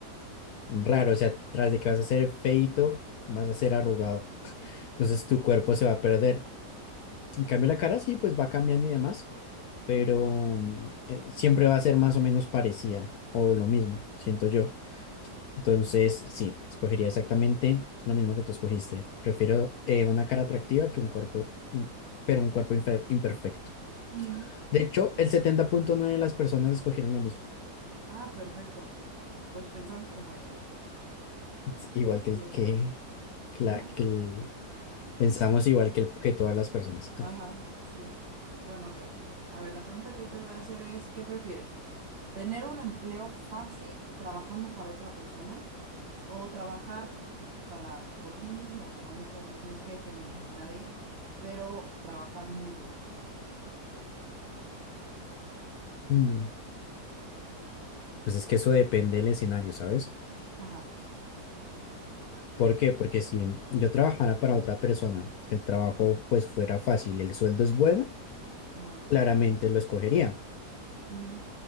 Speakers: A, on the left; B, on the right.
A: raro. O sea, tras de que vas a ser feito, vas a ser arrugado. Entonces tu cuerpo se va a perder. En cambio, la cara sí, pues va cambiando y demás, pero mm, eh, siempre va a ser más o menos parecida o lo mismo, siento yo. Entonces, sí, escogería exactamente lo mismo que tú escogiste. Prefiero eh, una cara atractiva que un cuerpo, im- pero un cuerpo infer- imperfecto.
B: Mm.
A: De hecho, el setenta punto nueve de las personas escogieron lo mismo,
B: Ah, perfecto. Pues pensamos como ellos.
A: <laughs> Es igual
B: Este,
A: que el que, que
B: ¿manda?
A: la- que el- pensamos igual que, el- que todas las personas.
B: Ajá,
A: Ah,
B: sí. Bueno, ok. A ver, la pregunta que yo te voy a hacer es, ¿qué prefieres? ¿Tener un empleo fácil trabajando para otra persona o trabajar para por ti mismo? O sea, no necesitas, no tienes jefe ni a nadie, pero trabajar muy duro.
A: mm, Pues es que eso depende del escenario, ¿sabes?
B: Ajá,
A: ¿Por qué? Porque si yo trabajara para otra persona, el trabajo pues fuera fácil, el sueldo es bueno,
B: ajá.
A: claramente lo escogería.
B: ujú,